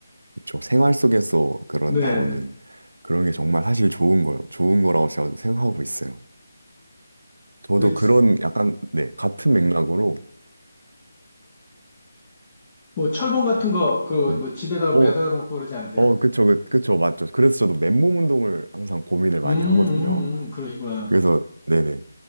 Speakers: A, on the right; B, on the left.
A: 그렇죠. 생활 속에서 그런
B: 네,
A: 나오는
B: 네.
A: 그런 게 정말 사실 좋은 거요. 좋은 거라고 제가 생각하고 있어요. 저도
B: 그,
A: 그런
B: 지-
A: 약간 네, 같은 맥락으로
B: 뭐, 철봉 같은
A: 네.
B: 거, 그,
A: 네.
B: 뭐, 집에다가 매달아
A: 어,
B: 놓고 그러지 않으세요?
A: 어, 그쵸, 그, 그쵸, 맞죠. 그래서 저도 맨몸 운동을 항상 고민을 많이
B: 음, 음,
A: 하거든요.
B: 음, 그러시구나.
A: 그래서 네네.